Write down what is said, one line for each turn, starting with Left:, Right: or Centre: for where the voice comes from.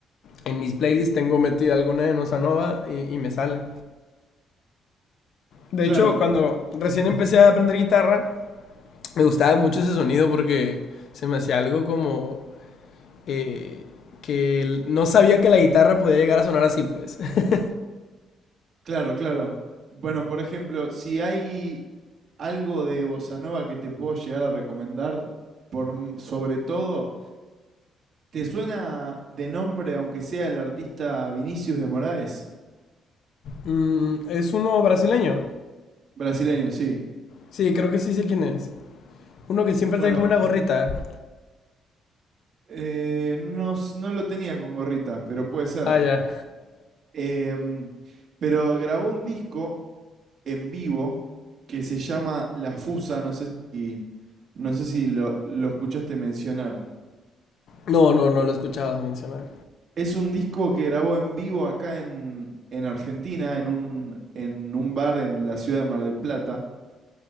Left: en mis playlists tengo metida alguna de bossa nova y, y me sale. De
Right: Claro,
Left: hecho, cuando recién empecé a aprender guitarra, me gustaba mucho ese sonido porque se me hacía algo como eh, que no sabía que la guitarra podía llegar a sonar así, pues. <laughs>
Right: claro, claro. Bueno, por ejemplo, si hay algo de Bossa Nova que te puedo llegar a recomendar, por, m- sobre todo, ¿Te suena de nombre, aunque sea el artista Vinicius de Moraes?
Left: Mm, es uno brasileño.
Right: Brasileño, sí.
Left: Sí, creo que sí sé quién es. Uno que siempre
Right: Bueno,
Left: trae como una gorrita.
Right: eh, no, s- no lo tenía con gorrita, pero puede ser.
Left: Ah, ya.
Right: Em, pero grabó un disco en vivo que se llama La Fusa, no sé si, no sé si lo, lo escuchaste mencionar.
Left: No, no, no lo he escuchado mencionar.
Right: Es un disco que grabó en vivo acá en, en Argentina, en un, en un bar en la ciudad de Mar del Plata.